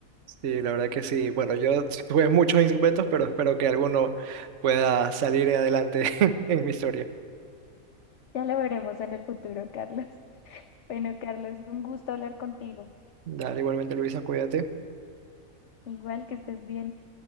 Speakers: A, on the right; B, on the left.
A: Sí, la verdad que sí. Bueno, yo <laughs> tuve muchos instrumentos, pero espero que alguno pueda salir adelante <laughs> en mi historia.
B: Ya lo veremos en el futuro, Carlos. <laughs> Bueno, Carlos, un gusto hablar contigo.
A: Dale, igualmente Luisa, cuídate.
B: Igual que estés bien.